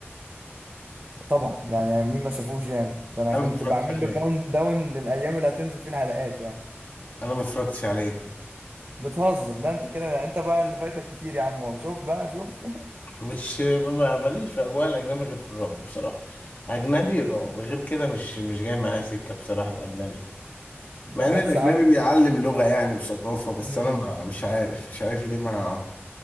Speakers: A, on the right (about 45°); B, on the left (about 40°).
A: طبعا يعني مين ما شافوش يعني ده انا
B: انا
A: كنت
B: ما اتفرجتش
A: بعمل
B: عليه
A: له كاونت داون للايام اللي هتنزل فيه الحلقات يعني
B: انا ما اتفرجتش عليه
A: بتهزر لا انت كده انت بقى اللي فايتك كتير يا عم هو شوف بقى شوف
B: مش ما- ماليش في اجواء الاجنبي غير في الرعب بصراحة اجنبي رعب غير كده مش مش جاي معايا سكة بصراحة الاجنبي
A: بحس
B: مع ان الاجنبي
A: عارف
B: بيعلم لغة يعني وثقافة بس
A: مم.
B: انا ما مش عارف مش عارف ليه ما